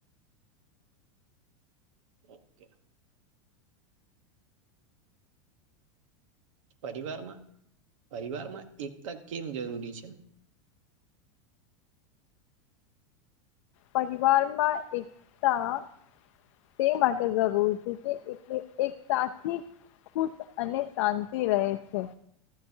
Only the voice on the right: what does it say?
ઓકે પરિવારમાં પરિવારમાં એકતા કેમ જરૂરી છે.